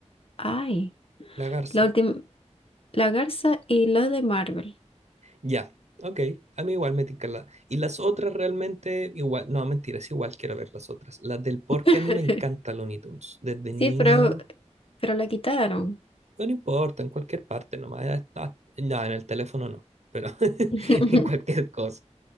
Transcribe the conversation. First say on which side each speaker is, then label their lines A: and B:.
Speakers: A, on the left; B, on the right.
A: ay,
B: la garza.
A: la última, la Garza y los de Marvel.
B: Ya, ok. A mí igual me tinca la... Y las otras realmente, igual, no, mentiras, igual quiero ver las otras. Las del porque
A: <laughs>
B: a mí me encanta Looney Tunes. Desde
A: Sí,
B: niño,
A: pero, pero la quitaron.
B: no importa, en cualquier parte nomás. Ah, ah, No, en el teléfono no, pero <laughs>
A: <laughs>
B: en cualquier cosa.